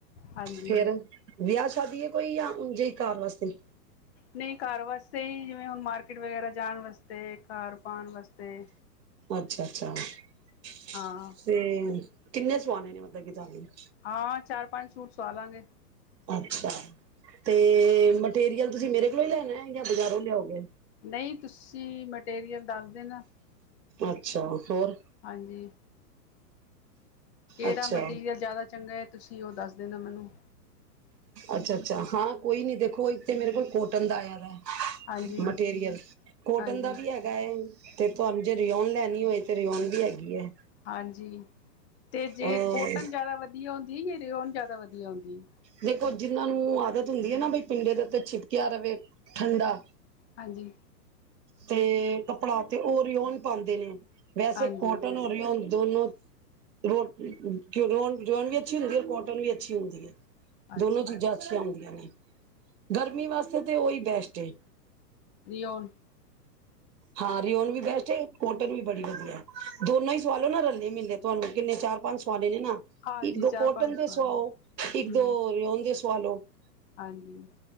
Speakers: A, on the left; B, on the right.
A: ਹਾਂਜੀ
B: ਫੇਰ ਵਿਆਹ ਸ਼ਾਦੀ ਹੈ ਕੋਈ ਆ ਉਜੇ ਈ ਘਰ ਵਾਸਤੇ
A: ਨਹੀਂ ਘਰ ਵਾਸਤੇ ਹੀ ਜਿਵੇਂ ਹੁਣ ਮਾਰਕੀਟ ਵਗੈਰਾ ਜਾਣ ਵਾਸਤੇ ਘਰ ਪਾਉਣ ਵਾਸਤੇ।
B: ਅੱਛਾ, ਅੱਛਾ, ਅੱਛਾ
A: ਹਾਂ
B: ਤੇ ਕਿੰਨੇ ਸੁਆਣੇ ਨੇ ਮਤਲਬ ਕਿ ਜਾਦੇ ਣੇ
A: ਹਾਂ, ਚਾਰ ਪੰਜ ਸੂਟ ਸਵਾ ਲਾਂਗੇ।
B: ਅੱਛਾ। ਤੇ ਮਟੀਰੀਅਲ ਤੁਸੀਂ ਮੇਰੇ ਮੇਕੋ ਹੀ ਲੈਣਾ ਹੈ ਜਾਂ ਬਾਜ਼ਾਰੋਂ ਲਿਆਓਗੇ।
A: ਨਹੀਂ ਤੁਸੀਂ ਮਟੀਰੀਅਲ ਦੱਸ ਦੇ ਨਾ
B: ਅੱਛਾ। ਹੋਰ
A: ਹਾਂਜੀ। ਕਿਹੜਾ
B: ਅੱਛਾ
A: ਮਟੀਰੀਅਲ ਜ਼ਿਆਦਾ ਚੰਗਾ ਹੈਤੁਸੀਂ ਉਹ ਦੱਸ ਦੇਣਾ ਮੈਨੂੰ
B: ਅੱਛਾ, ਅੱਛਾ ਹਾਂ ਕੋਈ ਨੀ ਦੇਖੋ ਇੱਕ ਤੇ ਮੇਰੇ ਕੋਲ ਕੋਟਣ ਆ ਯਾਰ <unintelligible>
A: ਹਾਂਜੀ
B: ਮਟੀਰੀਅਲ ਕੋਟਨ
A: ਹਾਂਜੀ
B: ਦਾ ਵੀ ਹੈਗਾ ਹੈ। ਤੇ ਤੁਹਾਨੂੰ ਜੇ ਰਿਹਾਉਣ ਲੈਣੀ ਹੋਏ ਤੇ ਰਿਹਾਉਣ ਵੀ ਹੈਗੀ ਹੈ।
A: ਹਾਂਜੀ। ਤੇ ਜੇ
B: ਅ
A: ਕੋਟਨ ਜਿਆਦਾ ਵਧੀਆ ਹੁੰਦੀ ਰਿਓਨ ਜਿਆਦਾ ਵਧੀਆ ਹੁੰਦੀ ਹੈ।
B: ਦੇਖੋ ਜਿਹਨਾਂ ਨੂੰ ਆਦਤ ਹੁੰਦੀ ਹੈ ਨਾ ਬਈ ਪਿੰਡੇ ਦੇ ਉੱਤੇ ਚਿਪਕਆ ਰਹੇ ਠੰਡਾ
A: ਹਾਂਜੀ।
B: ਤੇ ਕੱਪੜਾ ਤੇ ਓ ਰੀਓਨ ਪਾਉਂਦੇ ਨੇ ਵੈਸੇ
A: ਹਾਂਜੀ
B: ਕੋਟਨ ਹੋ ਰਹੀ ਦੋਨੋ ਰੋ ਰੋ ਰਿਓਂਣ ਵੀ ਅੱਛੀ ਹੁੰਦੀ ਹੈ ਕੋਟਨ ਵੀ ਅੱਛੀ ਹੁੰਦੀ ਹੈ
A: ਅੱਛਾ
B: ਦੋਨੋ ਚੀਜ਼ਾਂ ਅੱਛੀਆਂ ਹੁੰਦੀਆਂ ਨੇ ਗਰਮੀ ਵਾਸਤੇ ਤੇ ਉਹੀ ਬੈਸਟ ਏ
A: ਰਓਨ
B: ਹਾਂ ਰਓਨ ਵੀ ਬੈਸਟ ਕੋਟਨ ਵੀ ਬੜੀ ਵਧੀਆ ਹੈ ਦੋਨੋ ਹੀ ਸਵਾਲੋ ਨਾ ਰੇ ਮਿਲੇ ਤੁਹਾਨੂੰ ਕਿੰਨੇ ਚਾਰ ਪੰਜ ਸਵਾਲ ਡੇ ਨੇ ਨਾ
A: ਹਾਂਜੀ
B: ਇੱਕ ਦੋ
A: ਚਾਰ
B: ਕੋਟਨ
A: ਪੰਜ
B: ਤੇ
A: ਸਵਾਣੇ
B: ਸੁਆਓ ਇੱਕ
A: ਹੂੰ
B: <unintelligible> ਸੋ <unintelligible> <unintelligible>
A: ਹਾਂਜੀ